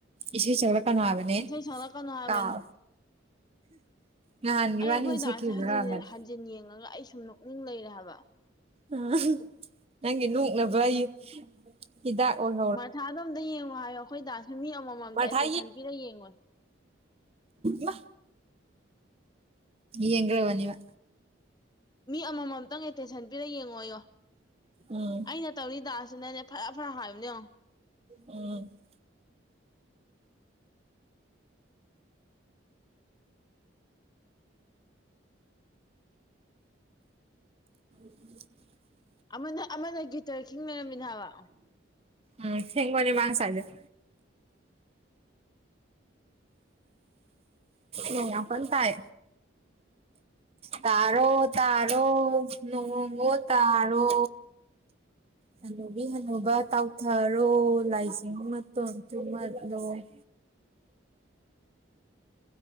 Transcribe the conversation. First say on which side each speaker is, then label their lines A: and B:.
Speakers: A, on the right (about 30°); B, on the left (about 20°).
A: ꯢꯁꯩ ꯁꯥꯛꯂꯛꯒꯅꯣ ꯍꯥꯢꯕꯅꯦ
B: ꯏꯁꯩ ꯁꯛꯂꯛꯀꯅꯣ ꯍꯥꯏꯕꯅꯤ
A: ꯀꯥꯎ ꯅꯍꯥꯟ
B: ꯑꯩ
A: ꯢꯕꯥꯟꯅꯤꯅ
B: ꯑꯩꯈꯣꯏ ꯗꯥꯁꯦ
A: ꯁꯥꯛꯈꯤꯕꯗꯨꯔꯣ
B: ꯍꯟꯖꯤꯟ ꯌꯦꯡꯉꯒ ꯑꯩ ꯁꯨꯝ ꯅꯣꯛꯅꯤꯡ ꯂꯩꯔꯦ ꯍꯥꯏꯕ
A: ꯑ ꯅꯪꯒꯤ ꯅꯣꯛꯅꯕ ꯍꯥꯢꯌꯦ ꯍꯤꯗꯥꯛ ꯑꯣꯏ
B: ꯃꯁꯥꯗꯣꯝꯗ ꯌꯦꯡꯉꯣ ꯍꯥꯏꯌꯣ ꯑꯩꯈꯣꯏ ꯗꯥꯁꯨ ꯃꯤ ꯑꯃꯃꯝꯗ
A: ꯃꯊꯥ
B: ꯑꯦꯇꯦꯟꯁꯟ ꯄꯤꯔꯒ ꯌꯦꯡꯉꯣ
A: ꯢꯃꯥ ꯌꯦꯡꯒ꯭ꯔꯥꯕꯅꯦ ꯃꯥ
B: ꯃꯤ ꯑꯃꯃꯝꯇꯪ ꯑꯦꯇꯦꯟꯁꯟ ꯄꯤꯔꯒ ꯌꯦꯡꯉꯣꯌꯣ
A: ꯎꯝ
B: ꯑꯩꯅ ꯇꯧꯔꯤ ꯗꯥꯟꯁꯁꯤꯅꯅꯦ ꯐꯔꯥ ꯐꯔꯥ ꯍꯥꯏꯕꯅꯦꯉꯣ
A: ꯎꯝ <inaudible> <inaudible> <inaudible>
B: ꯑꯃꯅ ꯑꯃꯅ ꯒꯤꯇꯔ ꯈꯤꯡ ꯂꯩꯔꯝꯃꯤꯅꯦ ꯍꯥꯏꯕ
A: ꯎꯝ ꯊꯦꯡꯕꯅꯦ ꯃꯥ ꯉꯁꯥꯢꯗꯩ ꯅꯣꯡ ꯌꯥꯝ ꯀꯥꯟꯅ ꯇꯥꯢ ꯇꯥꯔꯣ ꯇꯥꯔꯣ ꯅꯣꯡꯉꯣ ꯇꯥꯔꯣ ꯍꯅꯨꯕꯤ ꯍꯅꯨꯕ ꯇꯥꯎꯊꯔꯣ ꯂꯥꯏꯖꯤꯡ ꯃꯇꯣꯟ ꯊꯨꯝꯃꯠꯂꯣ <inaudible>